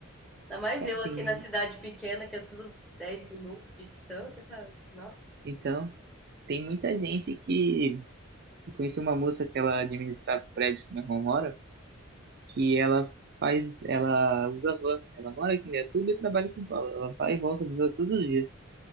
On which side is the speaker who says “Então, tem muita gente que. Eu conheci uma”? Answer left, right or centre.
Right